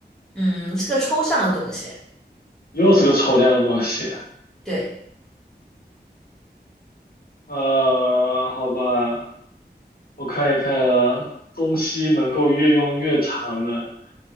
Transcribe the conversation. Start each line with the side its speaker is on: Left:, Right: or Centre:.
Centre: 嗯，是个抽象的东西。
Left: 又是个抽象的东西。
Centre: 对，
Left: 呃，好吧，我看一看啊，东西能够越用越长的，